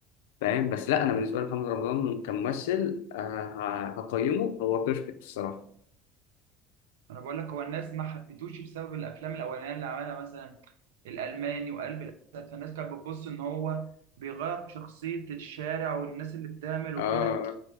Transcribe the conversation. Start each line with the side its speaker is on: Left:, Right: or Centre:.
Left: فاهم بس لا أنا بالنسبة لي محمد رمضان كممثل آه، ه- هقيمه هو بيرفكت الصراحة
Right: انا بقول لك هو الناس ما حبيتوش بسبب الافلام الاولانيه اللي عملها مثلا الالماني وقلب الاسد فالناس كانت بتبص ان هو بيغير في شخصيه الشارع والناس اللي بتعمل
Left: آه
Right: وكده